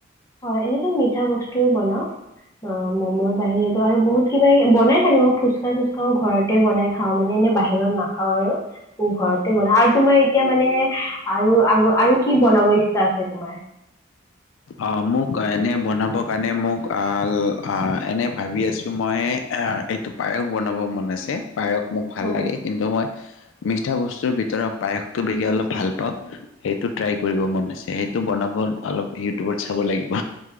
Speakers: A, on the left; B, on the left.
A: হয় এনেতো মিঠা বস্তুয়ে বনাও অ মমৰ বাহিৰেতো আৰু বহুত কিবা বনাই থাকো ফুচকা চুচকা ঘৰতে বনাই খাও মানে এনে বাহিৰত নাখাও আৰু ঘৰতে বনাও আৰু তোমাৰ এতিয়া মানে আৰু আগ আৰু কি বনাব ইচ্ছা ছা আছে তোমাৰ
B: অ মোক এনে বনাব কাৰণে মোক আহ এনে ভাবি আছো মই এইটো পায়স বনাব মন আছে পায়স মোক ভাল
A: হয়
B: লাগে কিন্তু মই। মিঠা বস্তুৰ ভিতৰত পায়সটো বেছি অলপ ভাল পাওঁ সেইটো ট্ৰাই কৰিব মন আছে সেইটো বনাব অলপ ইউটিউবত চাব লাগিব।